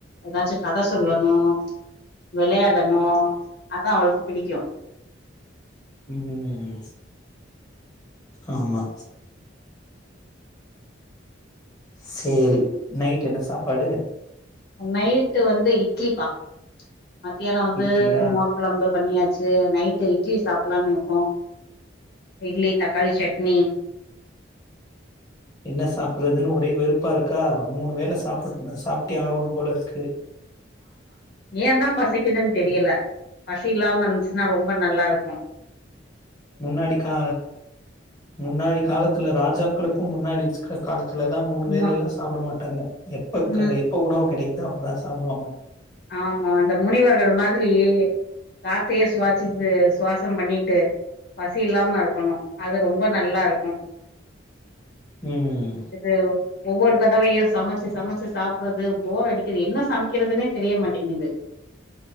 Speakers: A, on the left; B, on the left.
A: ஏதாச்சு கத சொல்லணும், விளயாடணும், அதா அவளுக்கு பிடிக்கும்
B: ம் ஆமா சேரி, நைட் என்ன சாப்பாடு
A: நைட்டு வந்து இட்லிப்பா மத்தியானம் வந்து
B: இட்லியா
A: மோர்குழம்பு பண்ணியாச்சு நைட்டு இட்லி சாப்லான்ருக்கோ, இட்லி தக்காளி சட்னி
B: என்ன சாப்றதுன்னு ஒரே வெறுப்பா இருக்கா, மூணு வேள சாப்டு நா சாப்ட்டே ஆகணு போல இருக்கு
A: ஏன்தா பசிக்குதுன் தெரியல, பசி இல்லாம இருந்துச்சுன்னா ரொம்ப நல்லா இருக்கும்
B: முன்னாடி கா முன்னாடி காலத்துல ராஜாக்களுக்கு முன்னாடி கா லத்துலலாம் மூணு வேலலாம்
A: ம்
B: சாப்ட மாட்டாங்க. எப்ப
A: ம்
B: கிட எப்ப உணவு கிடைக் குதோ அப்போதா சாப்டுவாங்க
A: ஆமா அந்த முனிவர்கள் மா திரி காத்தியே சுவாசிச் சுவாசம் பண்ணிட்டு பசி இல்லாம இருக்கணு அது ரொம்ப நல்லா இருக்கு
B: ம்
A: இது ஒவ்வொரு தடவையும் சமச்சு சமச்சு சாப்றது போர் அடிக்கிது என்ன சமக்கிறதுனே தெரிய மாட்டிங்குது